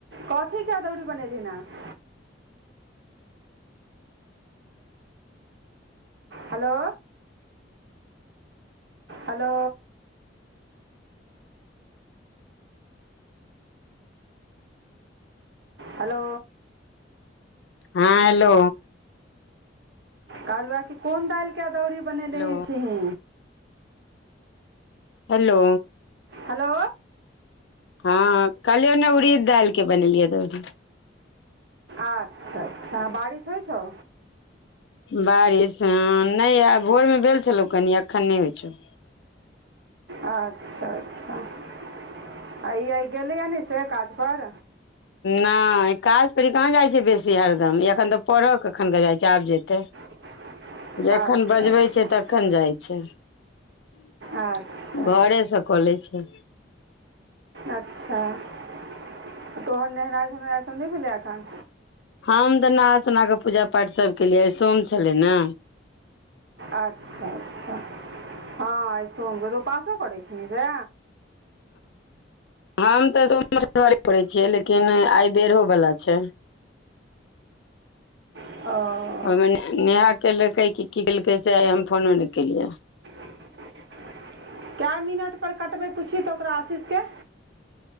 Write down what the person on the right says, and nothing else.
कथी कऽ अदौड़ी बनेली हऽ हेलो हेलो हेलो
कहलुआ की कोन दाइल कऽ अदौरी बनेने
छिही
हेलो
अच्छा <unintelligible> बारिश होइ छौ
अच्छा अच्छा <unintelligible> आ इ गेलै न से काज पर
<unintelligible>
अच्छा
अच्छा
अच्छा <unintelligible> तोहर नेहेनाइ धोनाइ स नै भेलै एखन
अच्छा अच्छा हँ आइ सोम उपासो करै छी रे
<unintelligible>
<unintelligible> कए मिनट पर कटबै पूछि तऽ ओकरा आशीष केँ